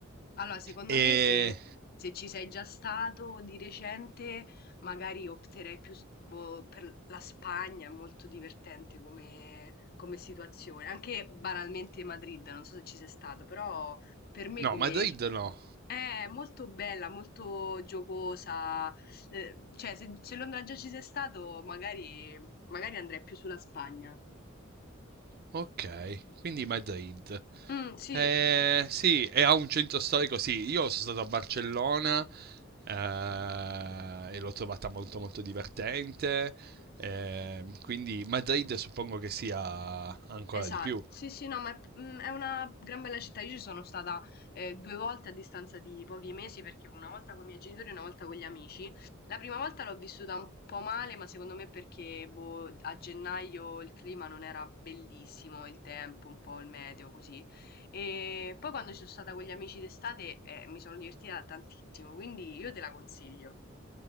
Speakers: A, on the left; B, on the right.
A: Allora, secondo
B: E
A: me se, se ci sei già stato di recente, magari opterei più s- boh, per la Spagna, è molto divertente come, come situazione. Anche banalmente Madrid, non so se ci sei stato, però per me
B: No,
A: come...
B: Madrid no,
A: È molto bella, molto giocosa. eh, cioè, se, se Londra già ci sei stato, magari, magari andrei più sulla Spagna.
B: Okay, quindi Madrid.
A: Mm, sì,
B: Eh, sì, e ha un centro storico, sì, io sono stato a Barcellona eh, e l'ho trovata molto molto divertente, eh, quindi Madrid suppongo che sia ancora
A: Esa
B: di più.
A: sì, sì, no, ma è, mhmm, è una gran bella città. Io ci sono stata, ehm, 2 volte a distanza di pochi mesi, perché una volta con i miei genitori e una volta con gli amici. La prima volta l'ho vissuta un po' male, ma secondo me perché, boh, a gennaio il clima non era bellissimo, il tempo, un po' il meteo, così. E poi quando ci sono stata con gli amici d'estate, ehm, mi sono divertita tantissimo, quindi io te la consiglio.